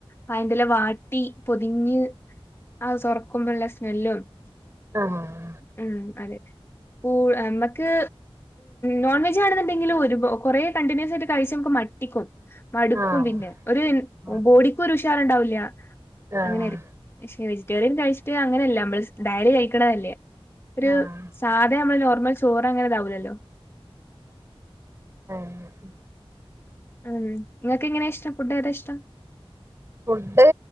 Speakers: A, on the left; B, on the right.
A: വാഴന്റെല വാട്ടി പൊതിഞ്ഞ് ആ തൊറകുമ്പള്ള സ്മെല്ലും. <inaudible>
B: ആഹ്
A: ഉം അതെ കൂള് നമ്മക്ക് നോൺ വെജ്ജാണെന്നുണ്ടെങ്കിലും ഒരു കൊറെേ കണ്ടിന്യൂസായിട്ട് കഴിച്ച് നമുക്ക് മട്ടിക്കും. മടുക്കും
B: ആഹ്
A: പിന്നെ ഒരു
B: അതെ
A: ബോഡിക്കൊരു ഉഷാ റുണ്ടാവില്ല്യ
B: ആഹ്
A: അങ്ങനെ ആയിരിക്കും. വെജിറ്റേറിയൻ കഴിച്ചിട്ട് അങ്ങനെയല്ല നമ്മൾ ഡെയ്‌ലി കഴിക്കണതല്ലേ ഒരു
B: ആഹ്
A: സാധനമ്മള് നോർമൽ ചോറ് അങ്ങനെ ഇതാവൂലല്ലോ
B: ആഹ്
A: ഉം നിങ്ങക്ക് എങ്ങനെയാ ഇഷ്ടം ഫുഡ് ഏതാ ഇഷ്ടം
B: ഫുഡ്